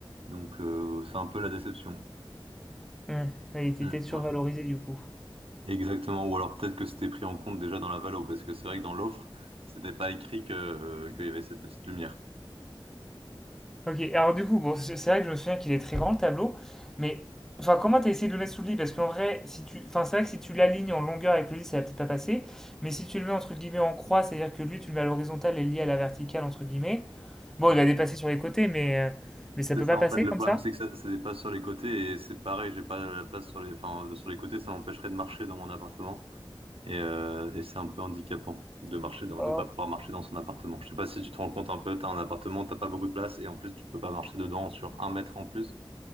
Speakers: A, on the right; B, in the centre.
A: Donc euh, c'est un peu la déception.
B: Ouais, ouais, il était
A: Hmm,
B: peut-être survalorisé
A: voilà.
B: du coup.
A: Exactement. Ou alors peut-être que c'était pris en compte déjà dans la valo, parce que c'est vrai que dans l'offre, c'était pas écrit que, euh, qu'il y avait cette petite lumière.
B: Ok, alors du coup, bon, c'est c'est vrai que je me souviens qu'il est très grand le tableau, mais enfin, comment t'as essayé de le mettre sous le lit? Parce qu'en vrai, si tu, enfin, c'est vrai que si tu l'alignes en longueur avec le lit, ça va peut-être pas passer, mais si tu le mets entre guillemets en croix, c'est-à-dire que lui, tu le mets à l'horizontale et lié à la verticale, entre guillemets, bon,
A: Ouais.
B: il va dépasser sur les côtés, mais, euh, mais ça
A: C'est
B: peut
A: ça
B: pas
A: en
B: passer
A: fait. Le
B: comme
A: problème
B: ça?
A: c'est que ça, ça dépasse sur les côtés et c'est pareil, j'ai pas la place sur les, enfin, sur les côtés, ça m'empêcherait de marcher dans mon appartement. Et, euh, et c'est un peu handicapant de marcher dans,
B: Oh,
A: de pas pouvoir marcher dans son appartement. Je sais pas si tu te rends compte un peu, t'as un appartement, t'as pas beaucoup de place et en plus tu peux pas marcher dedans sur un mètre en plus,